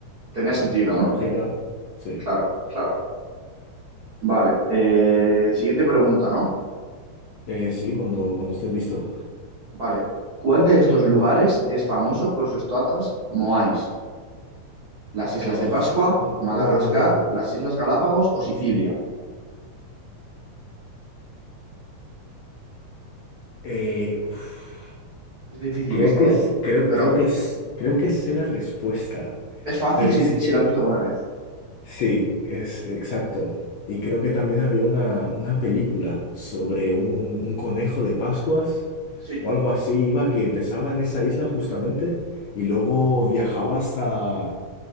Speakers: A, on the right; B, on the left.
A: Tenía
B: Claro,
A: sentido,
B: por
A: ¿no?
B: lógica, sí.
A: Claro, claro. Vale, eh, siguiente pregunta, ¿no?
B: Eh, sí, cuando, cuando estés listo.
A: Vale, ¿cuál de estos lugares es famoso por sus toatas moais? ¿Las Islas
B: Oh,
A: de Pascua,
B: co-
A: Madagascar,
B: oh, oh,
A: las Islas Galápagos o Sicilia?
B: eh, uf.
A: Es difícil
B: creo
A: esta,
B: que es,
A: ¿eh?
B: creo,
A: Pero
B: creo que es, creo que sé la respuesta,
A: es fácil
B: pero
A: si,
B: es
A: si
B: que
A: la has visto alguna vez.
B: sí, es exacto. Y creo que también había una, una película sobre un, un conejo de Pascuas
A: Sí,
B: o algo así, iba que empezaba en esa isla justamente y luego viajaba hasta